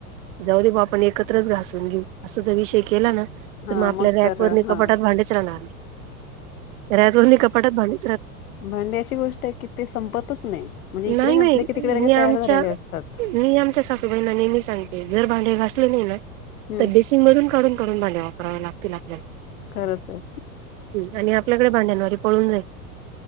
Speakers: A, on the right; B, on the left.
A: जाऊ दे बा आपण एकत्रच घासून घेऊ अस ज विषय केला ना
B: हा
A: तर मग आपल्या रॅक
B: तर
A: ववर
B: हा
A: नि कपाटात भांडीच राहणार रॅत वर नि कपाटात भांडी
B: भांडी अशी गोष्ट आहे की ते संपतच नाही म्हणजे इकडे
A: नाही
B: घ
A: नाही
B: असले की तिकडे लगे
A: मी आमच्या
B: तयार झालेले असतात.
A: मी आमच्या सासूबाईंना नेहमी सांगते जर घासले नाही ना
B: हम्म
A: तर बेसिन मधून काढून काढून भांडे वापरावे लागतील आपल्याला
B: खरंच आहे
A: <inaudible> आणि आपल्याकडे भांड्यांवारी पळून जाय